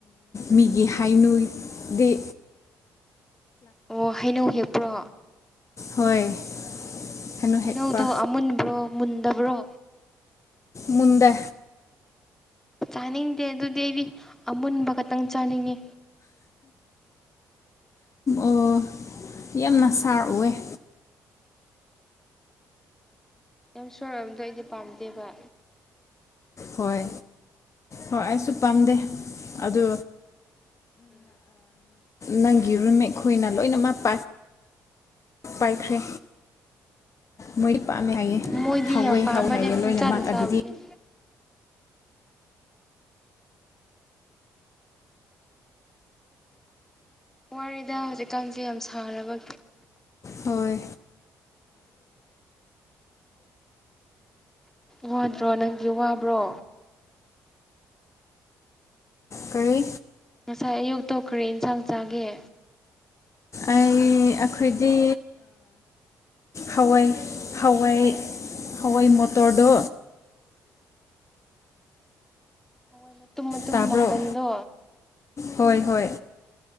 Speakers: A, on the left; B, in the centre.
A: ꯃꯤꯒꯤ ꯍꯥꯏꯅꯨꯗꯤꯦ
B: <unintelligible> ꯑꯣ ꯍꯩꯅꯧ ꯍꯦꯞꯄ꯭ꯔꯣ
A: ꯍꯣꯏ ꯍꯩꯅꯧ
B: ꯍꯩꯅꯧꯗꯣ
A: ꯍꯦꯛꯄ
B: ꯑꯃꯨꯟꯕ꯭ꯔꯣ ꯃꯨꯟꯗꯕ꯭ꯔꯣ
A: ꯃꯗ
B: ꯆꯥꯅꯤꯡꯗꯦ ꯑꯗꯨꯗꯤ ꯑꯩꯗꯤ ꯑꯃꯨꯟꯕ ꯈꯛꯇꯪ ꯆꯥꯅꯤꯡꯉꯤ
A: ꯑꯣ ꯌꯥꯝꯅ ꯁꯥꯔ ꯑꯣꯏꯑꯦ
B: ꯌꯥꯝ ꯁꯣꯔꯕꯗꯣ ꯑꯩꯗꯤ ꯄꯥꯝꯗꯦꯕ
A: ꯍꯣꯏ ꯍꯣꯏ ꯑꯩꯁꯨ ꯄꯥꯝꯗꯦ ꯑꯗꯨ
B: ꯎꯝ
A: ꯅꯪꯒꯤꯔꯨꯝ ꯑꯩꯈꯣꯏꯅ ꯂꯣꯏꯅꯃꯛ ꯄꯥꯛ ꯄꯥꯏꯈ꯭ꯔꯦ ꯃꯣꯏ ꯄꯥꯝꯃꯦ ꯍꯥꯏꯌꯦꯦ
B: ꯃꯣꯏꯗꯤ
A: ꯍꯧꯋꯦ
B: ꯌꯥꯝ ꯄꯥꯝꯕꯅꯦ
A: ꯍꯧꯋꯏ ꯍꯥꯏꯌꯦ
B: ꯄꯨꯡꯆꯥꯗ
A: ꯂꯣꯏꯅꯃꯛ
B: ꯆꯥꯕꯅꯦ
A: ꯑꯗꯨꯒꯤ
B: ꯋꯥꯔꯤꯗ ꯍꯧꯖꯤꯛꯀꯥꯟꯁꯦ ꯌꯥꯝ ꯁꯥꯔꯕ
A: ꯍꯣꯏ
B: ꯋꯥꯗ꯭ꯔꯣ ꯅꯪꯒꯤ ꯋꯥꯕ꯭ꯔꯣ
A: ꯀꯔꯤ
B: ꯉꯁꯥꯏ ꯑꯌꯨꯛ ꯇꯣꯛꯈ꯭ꯔꯦ ꯏꯟꯁꯥꯡ ꯆꯥꯒꯦ
A: ꯑꯩ ꯑꯩꯈꯣꯏꯗꯤ ꯍꯋꯥꯏ ꯍꯋꯥꯏ ꯍꯋꯥꯏ ꯃꯣꯇꯣꯔꯗꯣ
B: ꯎꯝ ꯍꯣꯏ ꯃꯇꯨꯝ ꯃꯇꯨꯝ
A: ꯇꯥꯕ꯭ꯔꯣ
B: ꯃꯪꯒꯟꯗꯣ
A: ꯍꯣꯏ ꯍꯣꯏ